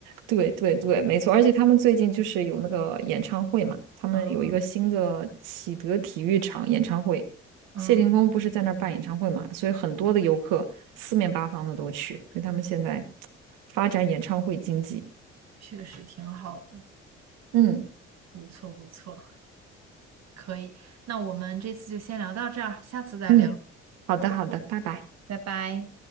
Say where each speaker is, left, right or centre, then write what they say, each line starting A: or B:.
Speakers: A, on the right; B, on the right.
A: 对对对，没错。而且他们最近就是有那个演唱会嘛，他们有一个新的启德体育场演唱会，
B: 啊，嗯，
A: 谢霆锋不是在那儿办演唱会嘛，所以很多的游客四面八方的都去，所以他们现在发展演唱会经济。
B: 确实挺好的，
A: 嗯
B: 不错不错，可以。那我们这次就先聊到这儿，下次再聊，
A: 嗯，好的好的，拜拜。
B: 拜拜。